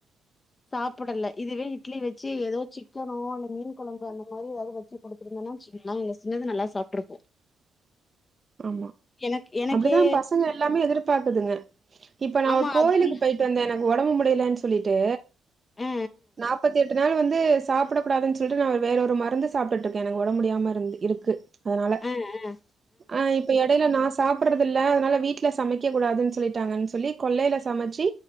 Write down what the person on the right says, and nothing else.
ஆமா
அப்டித்தா பசங்க எல்லாமே எதிர்பாக்குதுங்க இப்ப நா
ஒரு கோயிலுக்கு
போய் ட்டு வந்த எனக்கு ஒடம்பு முடிலன் சொல்லிட்டு
நாப்பத்தி எட்டு நாள் வந்து சாப்டக்கூடாதுன் சொல்ட்டு நா வேறொரு மருந்து சாப்ட்டுட்டுருக்க எனக் ஒடம்பு முடியாம இருந்து இருக்கு அதனால
ஆ இப்போ எடைய்ல நா சாப்புறது இல்ல அதனால வீட்ல சமைக்க கூடாதுன் சொல்லிட்டாங்கன் சொல்லி கொல்லையில சமச்சி